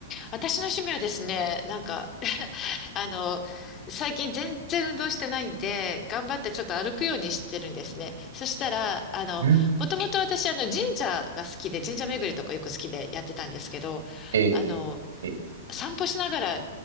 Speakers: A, on the left; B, on the right.
A: 私の趣味はですね、なんか <laughs> あの、最近全然運動してないんで、頑張ってちょっと歩くようにしてるんですね。そしたら、あの、
B: うん
A: もともと私、あの、神社が好きで、神社巡りとかよく好きでやってたんですけど、
B: え
A: あの、
B: えええ
A: 散歩しながら